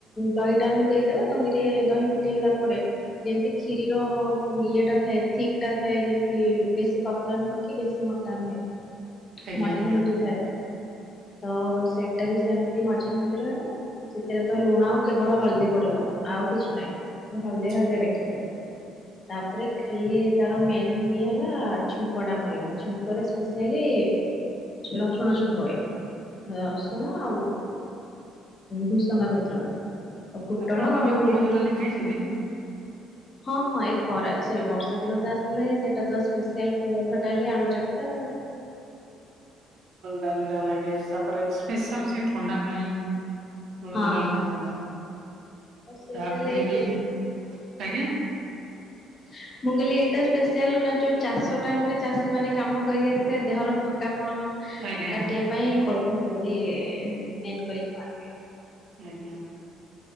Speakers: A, on the left; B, on the right.
A: ଦହି ଟା ଆମେ ଦେଇଦବା ଦହିରେ ଦହି ଫୁଟିଗଲା ପରେ ଯେମିତି କ୍ଷିରୀର ଇଏ ଟା ଥାଏ ଥିକ୍ ଟା ଥାଏ ଯେମିତି ବେଶୀ ପ ତଳା ନୁହେଁ କି ବେଶୀ ମୋଟା ନୁହେଁ
B: ଆଜ୍ଞା
A: ମଝା
B: ଆଜ୍ଞା।
A: ମଝି ଥାଏ ତ ସେଟ ଟା ବି ସେମିତି ମଝା ମଝି ରହିବ। ସେଥିରେ ତ ଲୁଣ ଆଉ କେବଳ ହଳଦୀ ପଡିବ ଆଉ କିଛି ନାହିଁ ସେ ହଳଦିଆ
B: ଆଜ୍ଞା।
A: ହଳଦିଆ ଦେଖାଯିବ। ତାପରେ ଖାଲି ତାର ମେନ୍ ଇଏ ହେଲା ଛୁଙ୍କ ଟା ମରିବା ଛୁଙ୍କରେ ସ୍ପେସିଆଲି ରସୁଣ ଛୁଙ୍କ ହୁଏ ରସ ସୁଣ ଆଉ ଭୁସଙ୍ଗା ପତ୍ର ଆଉ ଫୁଟଣ
B: ଆପଣ କେବେ
A: ଆଉ
B: କୋଳଥ ଡାଲି ଖାଇଛନ୍ତି?
A: ହଁ ହଁ ଏଇ ଖରା ସରି ବର୍ଷା ଦିନ ତ ଆସିଲାଇଁ ସେଇଟା ତ ସ୍ପେସିଆଲ୍ ଭାତ ଡାଲି ଆଳୁ ଚକ୍‌ଟା ଆଉ।
B: ଗଲା ଲାଗେ <inaudible> ତାପରେ ସ୍ପେଶାଲ୍ ସେ ଥଣ୍ଡା ପାଇଁ। କୋଳଥ
A: ହଁ
B: ଡାଲି
A: ହଁ
B: ଟା ଭଲ
A: ସ୍ପେଶାଲ
B: ତାପରେ
A: ଏଇ
B: ବି ଆଜ୍ଞା।
A: <inaudible> ମୁଁ କହିଲି ଏଇଟା ସ୍ପେଶିଆଲ ଯୋଉ ଚାଷ ଟାଇମ ରେ ଚାଷୀ ମାନେ କାମ କରିକି ଆସିଥାଏ ଦେହର ଥକାପଣ
B: ଆଜ୍ଞା
A: କାଟିବା ପାଇଁ କୋଳଥ ଡାଲି ମେନ୍ କରି ଖଆନ୍ତି।
B: ଆଜ୍ଞା।